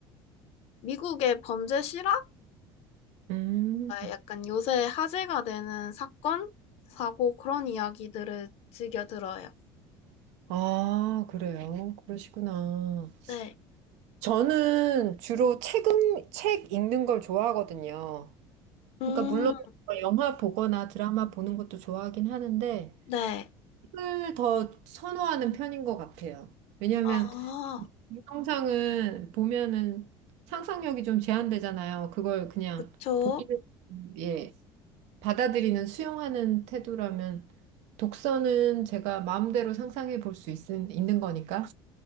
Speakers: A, on the left; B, on the right.
A: 미국의 범죄 실화라던가
B: 음,
A: 약간 요새 화제가 되는 사건, 사고 그런 이야기들을 즐겨 들어요.
B: 아, 그래요. 그러시구나.
A: 네.
B: 저는 주로 책, 읽- 책 읽는 걸 좋아하거든요.
A: 음,
B: 그러니까 물론 뭐 영화 보거나 드라마 보는 것도 좋아하긴 하는데
A: 네.
B: 책을 더 선호하는 편인 것 같아요. 왜냐하면
A: 아,
B: 동영상은 보면은 상상력이 좀 제한되잖아요. 그걸 그냥
A: 그쵸.
B: 보는예 받아들이는 수용하는 태도라면 독서는 제가 마음대로 상상해 볼 수 있는 거니까.